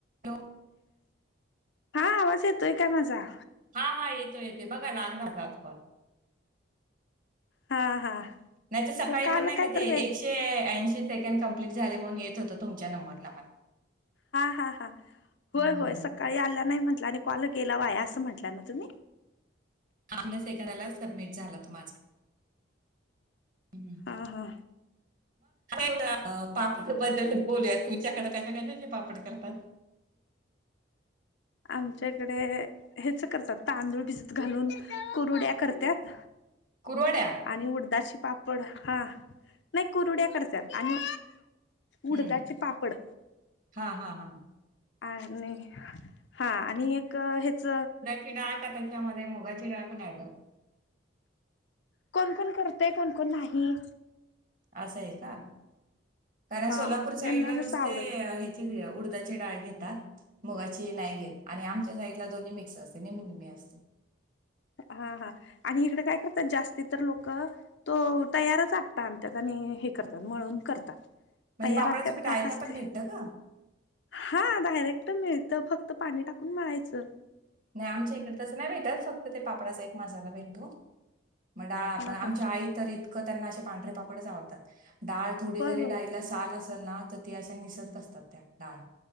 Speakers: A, on the right; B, on the left.
A: Hello.
B: हा आवाज येतोय काय माझा?
A: हा हा येतो येते बघा लागलाचात फ
B: हा हा
A: नाही तर सकाळी
B: हो काल
A: पण नाही
B: काय
A: का ते
B: तर वे
A: एकशे ऐंशी सेकंड कंप्लीट झाले म्हणून येत होतं तुमच्या नंबरला मला
B: हा हा हा होय
A: हं.
B: होय सकाळी आला नाही म्हंटलं आणि कॉल गेला वाया असं म्हंटलं ना तुम्ही
A: अन्य सेकंदाला सबमिट झाला त माझा हां
B: हा हा
A: ग ते पापड बद्दलच बोलूया तुमच्याकडे कशा कशाशी पापड करतात
B: आमच्याकडे हेच करतात तांदूळ भिजत घालून कुरुड्या करतात
A: कुरवाड्या
B: आणि उडदाचे पापड हा नाही कुरुड्या करतात आणि
A: हं.
B: उडदाचे पापड
A: हां, हां, हां.
B: आणि हा आणि एक ह्याच
A: चिडा आहे का त्याच्यामध्ये मुगा चिडा पण ड करतो
B: कोण कोण करतेय कोणकण नाही
A: असं आहे का कारण
B: हा
A: सोलापूर साईड
B: ज्यांना
A: ला
B: जसं
A: नुसते
B: आवडल तस
A: उडदाचे डाळे घेतात मुगाची नाय गेल आणि आमच्या साईडला दोन्ही मिक्स असते निम्मीनममी असते
B: हा हा आणि इकडे काय करतात जास्ती तर लोक तो तयारच आत आणि त्यात आणि हे करतात म्हळून करतात
A: म्हणजे
B: तयार
A: पापडाचं
B: हतात
A: पीठ आयता
B: काय काचते
A: पण भेटतं का
B: हा डायरेक्ट मिळतं फक्त पाणी टाकून मिळायचं
A: नाही आमच्या इकडेंसं नाही भेटतात फक्त ते पापडाचा एक मसाला भेटतो मग डाळ आपण
B: हा
A: आमच्या
B: हा
A: आई त नाे पांढरे पापडवतात डा थोडीरी
B: होय होय
A: डाला साल त अशा निसत बसतात त्या डाळ